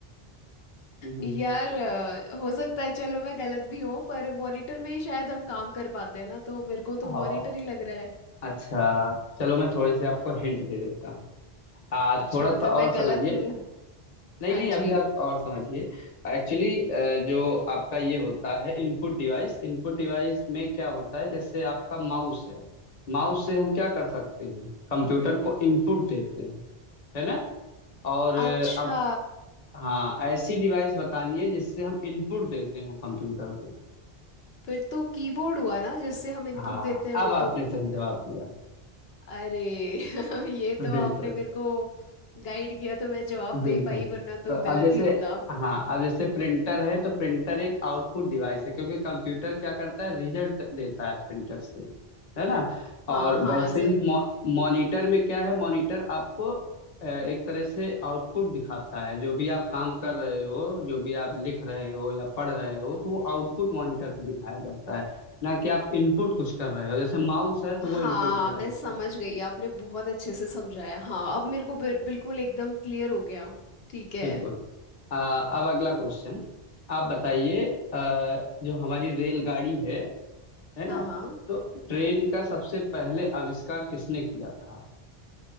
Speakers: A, on the left; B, on the left.
A: हम्म
B: यार अ, हो सकता है चलो मैं गलत भी हूँ पर मॉनिटर में ही शायद हम काम कर पाते हैं ना तो मेरे को
A: हाँ
B: तो मॉनिटर ही लग रहा है
A: अच्छा चलो मैं थोड़े से आपको हिंट दे देता हूँ आ
B: अच्छा
A: थोड़ा
B: मतलब
A: सा
B: मैं
A: और समझिए
B: गलत हूँ
A: नहीं
B: हाँ
A: नहीं
B: जी
A: अभी आप और समझिए एक्चुअली जो आपका ये होता है इनपुट डिवाइस इनपुट डिवाइस में क्या होता है जैसे आपका माउस है माउस से हम क्या कर सकते हैं कंप्यूटर को इनपुट देते हैं है ना और अ,
B: अच्छा
A: अब हाँ ऐसी डिवाइस बतानी है जिससे हम इनपुट देते हो कंप्यूटर को
B: फिर तो कीबोर्ड हुआ ना जिससे हम इनपुट
A: हाँ
B: देते हैं
A: अब
B: वो
A: आपने
B: तो
A: सही जवाब दिया
B: अरे <laughs> ये तो
A: बिल्कुल
B: आपने मेरे को गाइड किया तो मैं जवाब
A: बिल्कुल
B: दे पाई वरना तो
A: तो
B: गलत
A: अब जैसे
B: ही होता
A: हाँ अब जैसे प्रिंटर है तो प्रिंटर एक आउटपुट डिवाइस है क्योंकि कंप्यूटर क्या करता है रिजल्ट देता है प्रिंटर से है ना और
B: हाँ हाँ
A: वैसे
B: जरूर
A: ही मॉनिटर में क्या है मॉनिटर आपको अ, एक तरह से आउटपुट दिखाता है जो भी आप काम कर रहे हो जो भी आप लिख रहे हो या पढ़ रहे हो तो वो आउटपुट मॉनिटर पे दिखाया जाता है ना कि आप इनपुट कुछ कर रहे हो जैसे माउस है तो
B: हाँ
A: वो इनपुट डिवाइस
B: मैं समझ
A: है
B: गई आपने बहुत अच्छे से समझाया हाँ अब मेरे को बिल- बिल्कुल एकदम क्लियर हो गया ठीक है
A: बिल्कुल आ, अब अगला क्वेश्चन आप बताइए आ, जो हमारी रेलगाड़ी है है
B: हाँ
A: ना
B: हाँ
A: तो ट्रेन का सबसे पहले आविष्कार किसने किया था